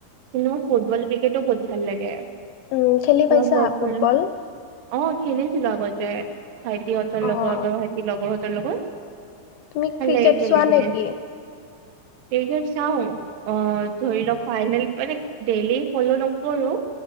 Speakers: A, on the right; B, on the left.
A: কিন্তু মোৰ ফুটবল ক্ৰিকেটো বহুত ভাল লাগে
B: উম, খেলি
A: পুৰা
B: পাইছা
A: প্ৰপাৰ
B: ফুটবল?
A: অ খেলিছিলো আগতে ভাইটিহঁতৰ
B: অ',
A: লগৰ বা ভাইটিৰ লগৰ হ লগত
B: তুমি
A: ভাল
B: ক্ৰিকেট
A: লাগে খেলি
B: চোৱা
A: কিনে
B: নেকি?
A: এই যে চাও। অ, ধৰি লওক ফাইনেল মানে ডেইলি ফলও নকৰো।